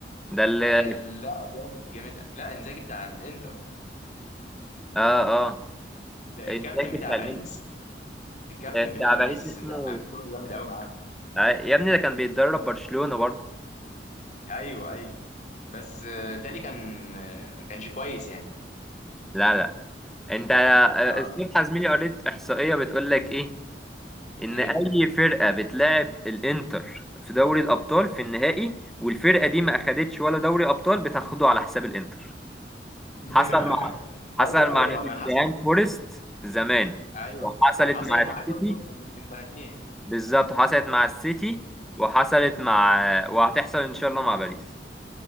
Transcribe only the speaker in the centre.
ده اللي
اه اه
انزاكي
بتاع
الانتر
آه، بتاع
باريس اسمه
آه يا ابني ده كان بيتدرب برشلونه برضه
لا لا انت آه،
الصبح يا زميلي قريت احصائيه بتقول لك ايه ان
اي فرقه بتلاعب الانتر في دوري الابطال في النهائي والفرقه دي ما اخدتش ولا دوري ابطال بتاخده على حساب الانتر
حصل مع حصل
مع
نوتنجهام
فورست زمان
وحصلت
مع السيتي
بالظبط حصلت مع السيتي وحصلت مع وهتحصل ان شاء الله مع باريس